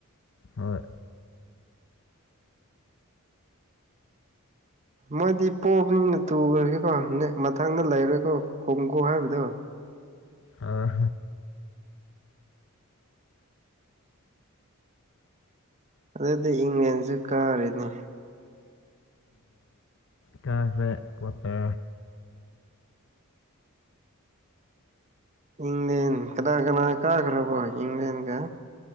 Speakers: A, on the left (about 60°); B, on the right (about 30°).
A: ꯍꯣꯏ
B: ꯃꯣꯏꯗꯤ ꯄꯣꯞꯅꯤꯅ ꯇꯨꯈ꯭ꯔꯒꯦꯀꯣ ꯅ ꯃꯊꯪꯗ ꯂꯩꯔꯦꯀꯣ ꯈꯣꯡꯀꯨ ꯍꯥꯏꯕꯗꯣ
A: ꯑ
B: ꯑꯗꯨꯗꯤ ꯏꯪꯂꯦꯟꯁꯨ ꯀꯥꯔꯤꯅꯤ
A: ꯀꯥꯁꯦ ꯈꯠꯇ
B: ꯏꯪ꯭ꯂꯦꯟ ꯀꯅꯥ ꯀꯅꯥ ꯀꯥ ꯈ꯭ꯔꯦꯕꯣ ꯏꯪꯪꯂ꯭ꯂꯦꯟ ꯀ